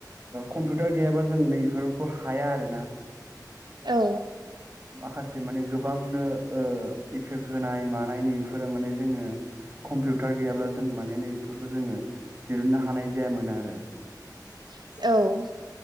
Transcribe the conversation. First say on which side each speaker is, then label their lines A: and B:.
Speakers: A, on the right; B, on the right.
A: कम्पिउटार गैयाबा जों नैबेफोरखौ हाया आरो ना
B: औ
A: माखासे माने गोबांनो इफेक्ट होनाय मानायनि बेफोरो माने जोङो कम्पिउटार गैयाब्ला जों माने नै बेफोरखौ जोङो दिरुननो हानाय जायामोन आरो
B: <inaudible> औ